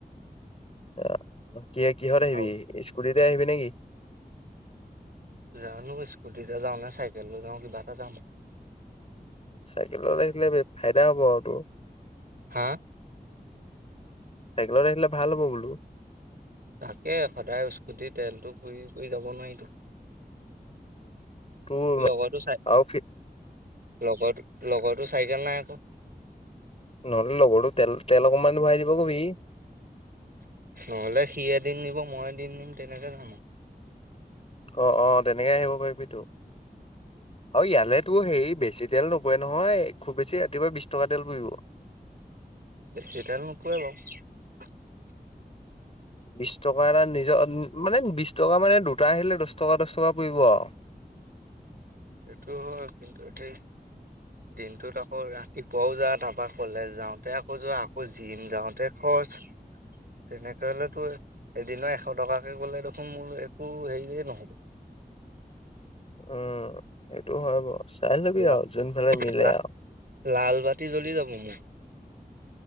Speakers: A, on the left; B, on the right.
A: আহ কিহ-কিহত আহিবি,
B: আৰু
A: স্কুটিতে আহিবি নেকি?
B: জানো স্কুটিতে যাওঁ নে চাইকেললৈ যাওঁ কিবা এটা যাম আউ।
A: চাইকেলত আহিলে ফাইদা হব আৰু তোৰ।
B: হা
A: চাইকেলত আহিলে ভাল হ'ব বোলো।
B: তাকে সদায় ইচকুটি তেলটো পুৰি কৰি যাব নোৱাৰিতো।
A: তোৰ
B: লগৰতো চাই।
A: আৰু কি-
B: লগৰ লগৰো চাইকেল নাই আকৌ।
A: নহ'লে লগৰটো তেল তেল অকমান ভৰাই দিব কবি।
B: নহ'লে সি এদিন নিব মই এদিন নিম তেনেকে যাম-
A: অহ-অহ তেনেকে আহিব পাৰিবি তো। আৰু ইয়াল তো হেৰি বেছি ডিজেল নোপৰে নহয় খুব বেছি ৰাতিপুৱা বিশ টকা তেল পুৰিব।
B: বেছি তেল নোপোৱৰে বাৰু।
A: বিশ টকা এটা নিজৰ মানে বিশ টকা মানে দুটা আহিলে দহ টকা দহ টকা পৰিব আৰু।
B: সেইটো হয়, কিন্তু হেৰী দিনটোত আকৌ ৰাতিপুৱাও যা, তাৰপা কলেজ যাওঁতে আকৌ যোৱা, আকৌ জিম যাওঁতে তেনেকে হলে টো এদিন এশ টকাকে গলে দেখোন মোৰ একো হেৰিয়ে নহব।
A: উম সেইটো হয় বাৰ চাই ল'বি
B: লা
A: আৰু যোনফালে মিলে
B: লা
A: আৰু।
B: লাল বাতিী জ্বলি যাব মোৰ।